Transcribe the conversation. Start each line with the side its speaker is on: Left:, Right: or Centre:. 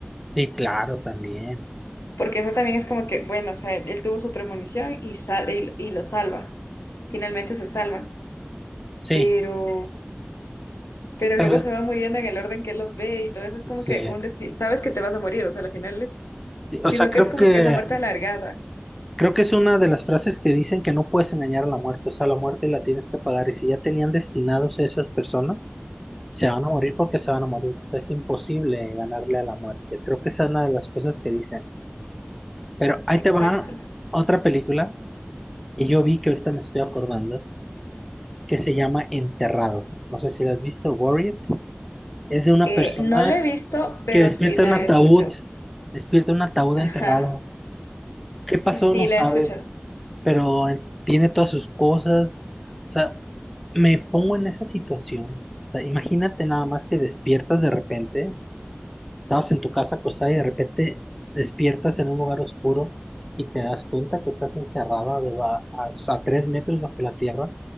Centre: Sí, claro, también.
Left: Porque eso también es como que, bueno, o sea, él, él tuvo su premonición y sale y, y lo salva. Finalmente se salvan,
Centre: Sí,
Left: pero, pero
Centre: pero
Left: luego se van muriendo en el orden que él los ve y todo eso es como
Centre: sí.
Left: que un destino, sabes que te vas a morir, o sea, al final es,
Centre: Sí, O
Left: sino
Centre: sea, creo
Left: que es como
Centre: que,
Left: que esa muerte alargada.
Centre: creo que es una de las frases que dicen que no puedes engañar a la muerte, o sea, la muerte la tienes que pagar y si ya tenían destinados a esas personas, se van a morir porque se van a morir, o sea, es imposible ganarle a la muerte. Creo que esa es una de las cosas que dicen. Pero ahí
Left: Exacto.
Centre: te va otra película que yo vi que ahorita me estoy acordando, que se llama Enterrado. No sé si la has visto, Buried. Es de una
Left: Eh,
Centre: persona
Left: no la he visto, pero
Centre: que despierta
Left: sí la
Centre: en un ataúd,
Left: he escuchado.
Centre: despierta en un ataúd
Left: Ajá.
Centre: enterrado. ¿Qué pasó?
Left: Sí, sí,
Centre: No
Left: la
Centre: sabe.
Left: he escuchado.
Centre: pero tiene todas sus cosas. O sea, me pongo en esa situación. O sea, imagínate nada más que despiertas de repente, estabas en tu casa acostada y de repente despiertas en un lugar oscuro y te das cuenta que estás encerrada de ba- a, a tres metros bajo la tierra